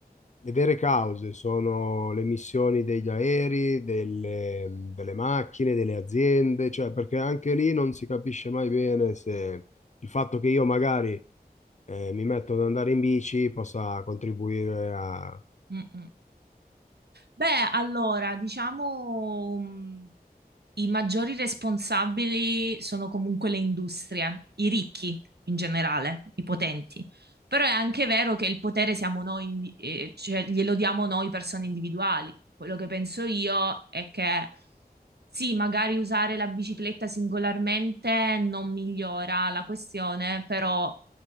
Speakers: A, on the left; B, on the right.
A: Le vere cause sono le emissioni degli aerei, delle, delle macchine, delle aziende, cioè perché anche lì non si capisce mai bene se il fatto che io magari eh, mi metto ad andare in bici possa contribuire a...
B: mm, mm. Beh, allora, diciamo, mm, i maggiori responsabili sono comunque le industrie, i ricchi in generale, i potenti. Però è anche vero che il potere siamo noi, indi- eh, cioè glielo diamo noi persone individuali. Quello che penso io è che sì, magari usare la bicicletta singolarmente non migliora la questione, però